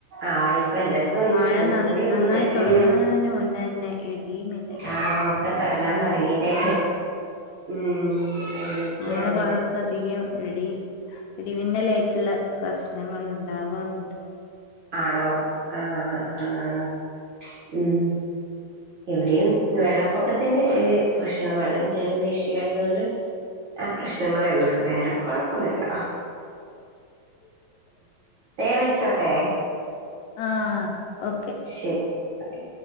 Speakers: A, on the right; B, on the left.
A: ആ ഇപ്പല്ലെട് ത്തുണ്ട്
B: മഴ നൽ
A: ഇവിടിയുണ്ട്
B: നന്നായി തൊടങ്ങുന്നതിന്
A: ഉം
B: മുന്നേ തന്നെ ഇടി മിന്നലും
A: ആ
B: ആണ്
A: ഒക്ക തുടങ്ങാൻ തുടങ്ങിലേ ഉം അങ്ങനെയൊക്കെയാണുള്ളത്
B: ഞങ്ങള ഭാഗത്ത് അധികം ഇടി ഇടിമിന്നലേറ്റുള്ള പ്രശ്നങ്ങളുണ്ട് ടവറിന്റെ
A: ആണോ ആഹ് ആഹ് ഉം ഇവിടെയും വെള്ളപ്പൊക്കത്തിന്റെ <unintelligible> വെള്ളം കേറുന്ന ഇഷ്യൂ ആയതുകൊണ്ട് ആ പ്രശ്നങ്ങളേ ഉള്ളു വേറെ കുഴപ്പൊന്നു ഇല്ല
B: <inaudible>
A: ദേ വെച്ചോട്ടെ
B: ആഹ് ഓക്കെ
A: ശരി ഓക്കെ